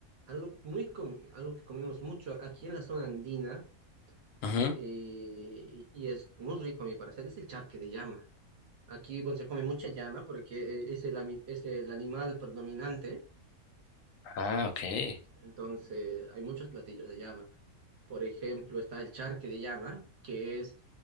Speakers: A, on the right; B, on the left.
A: algo, muy com- algo que comemos mucho aquí en la zona andina
B: Ujú.
A: eh, y, y es muy rico a mi parecer, es el charque de llama. Aquí, bueno, se come mucha llama porque eh, es el, ami- es el animal predominante,
B: Ah, okay,
A: entonces hay muchos platillos de llama. Por ejemplo, está el charque de llama, que es